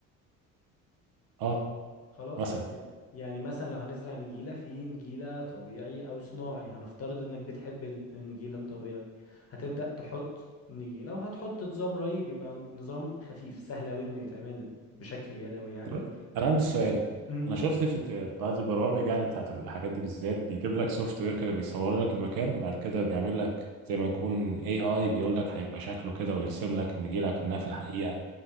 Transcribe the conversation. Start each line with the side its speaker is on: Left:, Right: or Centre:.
Right: اه
Left: خلاص
Right: مثلا
Left: ي- يعني مثلا لو هنزرع نجيلة في نجيلة طبيعي أو صناعي هنفترض إنك بتحب ال- النجيلة الطبيعي هتبدأ تحط نجيلة وهتحط نظام ري بيبقى نظام خفيف سهل أوي إنه يتعمل بشكل يدوي يعني
Right: طب انا عندي سؤال
Left: امم
Right: انا شفت في في بعض البرامج يعني بتاعت الحاجات دي بالذات بيجيب لك سوفت وير كده بيصور لك المكان وبعد كده بيعمل لك زي ما يكون اي اي بيقول لك هيبقى شكله كده ويرسم لك النجيلة كأنها في الحقيقة